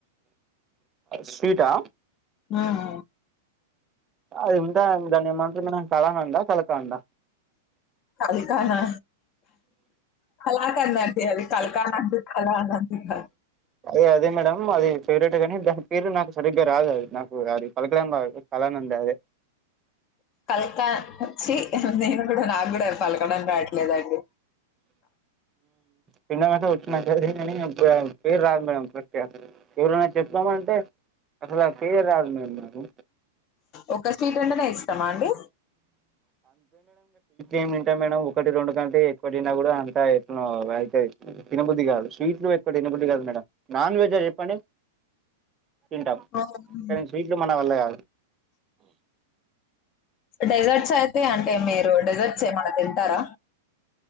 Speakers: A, on the right; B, on the left.
A: స్వీటా?
B: ఉమ్
A: అది ఉంటది దాన్నేంమంటరు మన కలకందా, కలకండా
B: కలికానా కళాఖండ్ అది కళ్కానండి కలానంది కాద్
A: దే అదే మేడం అది ఫేవరెట్ గానీ దాని పేరు నాకు సరిగ్గా రాదు అది నాకు అది పలకడం రాదు కలానంద్ అదే
B: కల్త వచ్చి నేను కూడా నాగ్గూడా పల్కడ రా ట్లేదండి
A: తిండం అయితే వచ్చు మంచిగ గానీ పేరు రాదు మేడం కరెక్ట్ గా ఎవరెన్నా చెప్తాం అంటే అసలు పేరు రాదు మేడం నాకు.
B: ఒక స్వీటంటనే ఇష్టమా అండి.
A: ఏం తింటా మేడం ఒకటి రెండు కంటే ఎక్వ కూడా అంత ఎట్నో అయితది తిన బుద్ధి కాదు స్వీట్ లు ఎక్కువ తిన బుద్ధి కాదు మేడం నాన్ వెజ చెప్పండి తింటం
B: అవును.
A: కానీ స్వీట్లు మన వల్ల కాదు.
B: డెజర్ట్స్ అయితే అంటే మీరు డెజర్ట్స్ ఏమన్నా తింట్ ంటరా